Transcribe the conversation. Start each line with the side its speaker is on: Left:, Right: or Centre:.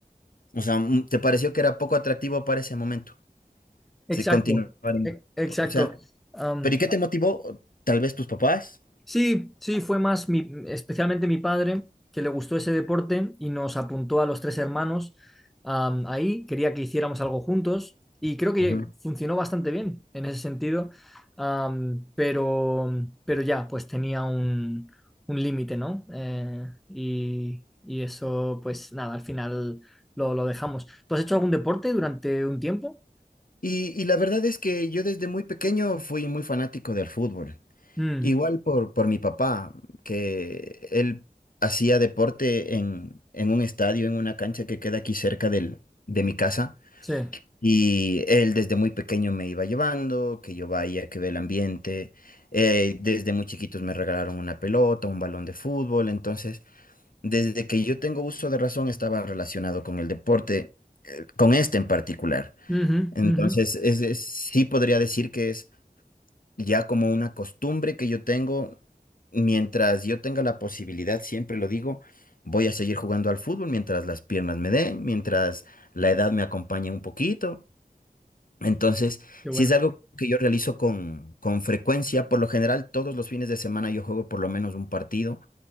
Left: O sea, mm, ¿te pareció que era poco atractivo para ese momento?
Centre: Exacto,
Left: Sí, continuar. en-
Centre: e- exacto.
Left: O sea,
Centre: Am,
Left: ¿pero y qué te motivó? Tal vez tus papás.
Centre: Sí, sí, fue más mi, especialmente mi padre que le gustó ese deporte y nos apuntó a los tres hermanos am, ahí. Quería que hiciéramos algo juntos y creo que
Left: Ujú.
Centre: funcionó bastante bien en ese sentido, am, pero, pero ya, pues tenía un, un límite, ¿no? Eh, y, y eso, pues nada, al final lo, lo dejamos. ¿Tú has hecho algún deporte durante un tiempo?
Left: Y, y la verdad es que yo desde muy pequeño fui muy fanático del fútbol.
Centre: Mm,
Left: Igual por, por mi papá, que él hacía deporte en, en un estadio, en una cancha que queda aquí cerca del, de mi casa.
Centre: sí.
Left: Y él desde muy pequeño me iba llevando, que yo vaya, que ve el ambiente. Eh, desde muy chiquitos me regalaron una pelota, un balón de fútbol. Entonces, desde que yo tengo uso de razón, estaba relacionado con el deporte, eh, con este en particular.
Centre: Ujú,
Left: Entonces,
Centre: ujú.
Left: es, es- sí podría decir que es ya como una costumbre que yo tengo, mientras yo tenga la posibilidad, siempre lo digo, voy a seguir jugando al fútbol mientras las piernas me den, mientras la edad me acompañe un poquito. Entonces,
Centre: Qué bueno.
Left: si es algo que yo realizo con, con frecuencia, por lo general todos los fines de semana yo juego por lo menos un partido